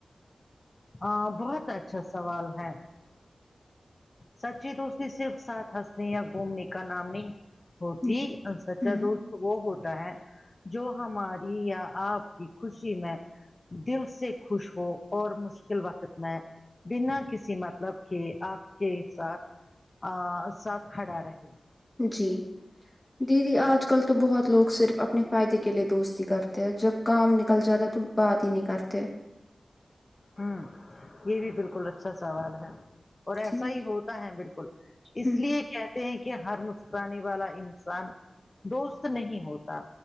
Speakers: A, on the left (about 35°); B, on the left (about 15°).
A: ہاں بہت اچھا سوال ہے سچی دوستی صرف ساتھ ہنسنے یا گھومنے کا نام نہیں ہوتی
B: ہوں
A: سچا
B: ہوں
A: دوست وہ ہوتا ہے جو ہمارے یا آپ کی خوشی میں دل سے خوش ہو اور مشکل وقت میں بنا کسی مطلب کے آپ کے ساتھ ا ساتھ کھڑا رہے
B: جی دیدی آج کل تو بہت لوگ صرف اپنے فائدے کے لیے دوستی کرتے ہیں جب کام نکل جاتا ہے تو بات ہی نہیں کرتے
A: ہوں یہ بھی بالکل اچھا سوال ہے اور ایسا
B: ٹھیک
A: ہی ہوتا ہے بالکل اس
B: ہوں
A: لیے کہ ہیں کہ ہر مسکرانے والا انسان دوست نہیں ہوتا